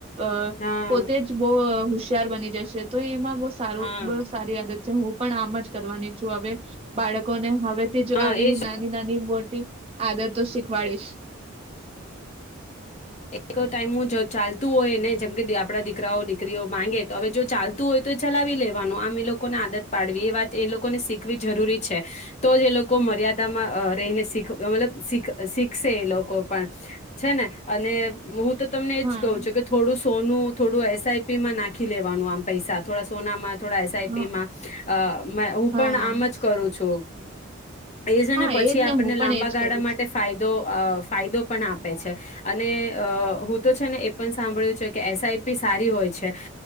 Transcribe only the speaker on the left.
હા
હા
હા
એ જ.
એક ટાઈમ હું જો ચાલતું હોય ને <unintelligible> આપડા દીકરાઓ દીકરીઓ માંગે તો હવે જો ચાલતું હોય તો એ ચલાવી લેવાનું આમ એ લોકોને આદત પાડવી એ વાત એ લોકોને શીખવી જરૂરી છે તો જ એ લોકો મર્યાદામાં અ રહીને અ શીખ મતલબ શીખશે એ લોકો પણ છે ને. અને. <unintelligible> તો તમને એજ
કવું છુ કે થોડું સોનું થોડું એસઆઈપી માં નાખી લેવાનું આમ પૈસા થોડા સોનામાં. થોડા એસઆઈપી
અ માં હું
પણ આમ જ કરું છું. એજે ને
પછી
આપણને
લાંબા
ગાળા
માટે
ફાયદો અ ફાયદો પણ આપે. <unintelligible> છે. અને અ હું તો છે ને એ પણ સાંભળ્યું છે કે એસઆઈપી સારી હોય છે